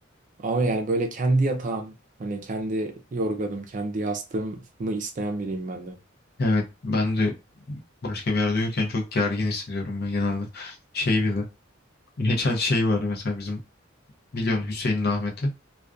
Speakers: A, on the right (about 40°); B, on the left (about 55°).
A: Ama yani böyle kendi yatağım, hani kendi yorganım, kendi yastığımı isteyen biriyim ben de.
B: Evet ben de başka bir yerde uyurken çok gergin hissediyorum ben genelde. Şey bile. <laughs> Geçen şey var mesela bizim biliyorsun Hüseyin'le Ahmet'i.